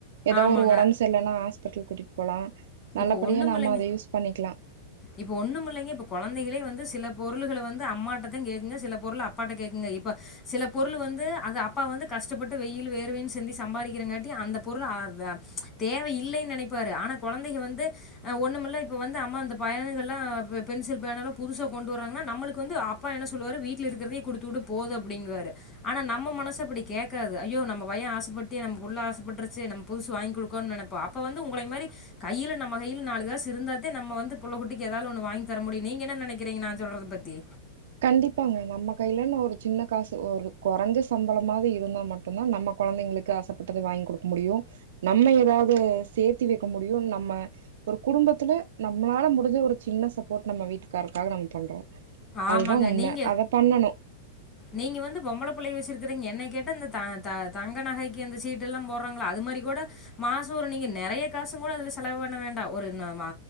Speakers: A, on the right (about 65°); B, on the left (about 25°).
A: ஏதோ
B: ஆமாங்க.
A: ஒரு ஒடம்பு செர்யில்லன்னா ஹாஸ் பிட்டல் கூட்டிட்டு போலா நல்லபடியா
B: இப்ப ஒன்னும்
A: நாம
B: இல்லைங்க
A: அத யூஸ் பண்ணிக்கலா
B: இப்ப ஒன்னும் இல்லைங்க இப்ப கொழந்தைகளே வந்து சில பொருளுகள வந்து அம்மாட்டதான் கேக்குங்க சில பொருள அப்பாட்ட கேக்குங்க இப்ப சில பொருளு வந்து அது அப்பா வந்து கஷ்டப்பட்டு வெயில் வேர்வையும் சிந்தி சம்பாரிக்கிறகாட்டி அந்த பொருளு அது தேவையில்லனு நெனைப்பாரு ஆனா கொழந் ந்தைங்க வந்து ஒண்ணுமில்ல இப்ப வந்து அம்மா அந்த பயலுகல்லா பென்சில் பேனாலாம் புதுசா கொண்டு வறாங்கன்னா நம்மளுக்கு வந்து அப்பா என்ன சொல்லுவாரு வீட்ல இருக்கிறதையே குடுத்து விடு போது அப்டிங்கறாரு ஆனா நம்ம மனசு அப்படி கேட்காது ஐயோ நம்ம பையன் ஆசைப்பட்டு நம்மபுள்ள ஆசைப்பட்ருச்சு நம்ம புதுசு வாங்கிகொடுக்கோனு நெனப்போ அப்ப வந்து உங்களை மாரி கையில நம்ம கையில நாலு காசு இருந்தாதத்தே நம்ம வந்து புள்ள குட்டிக்கு ஏதாவது ஒண்ணு வாங்கி தர முடியு நீங்க என்ன நெனைக்கிறீங்க நான் சொல்றத பத்தி
A: கண்டிப்பாங்க நம்ம கையிலனு ஒரு சின்ன காசு ஒரு கொறஞ்ச சம்பளமாவது இருந்தா மட்டுந்தான் நம்ம கொழந்தைங்களுக்கு ஆசைப்பட்டது வாங்கி குடுக்க முடியும் நம்ம ஏதாவது சேர்த்தி வெக்க முடியும் நம்ம ஒரு குடும்பத்துல நம்மளால முடிஞ்ச ஒரு சின்ன சப்போர்ட் நம்ம வீட்டுக்காருக்காக நம்ம பண்றோ
B: ஆமாங்க
A: அதுதா உண்ம
B: நீங்க
A: அத பண்ணணு
B: நீங்க வந்து பொம்பள புள்ளய வச்சுருக் <unintelligible> என்னைய கேட்ட இந்த த த தங்க நகைக்கு அந்த சீட்டெல்லா போறாங்கள அது மாரி கூட மாச ஒரு நீங்க நெறைய காசுங்கூட அதுல செலவுவண்ண வேண்டா ஒரு ந <unintelligible> மா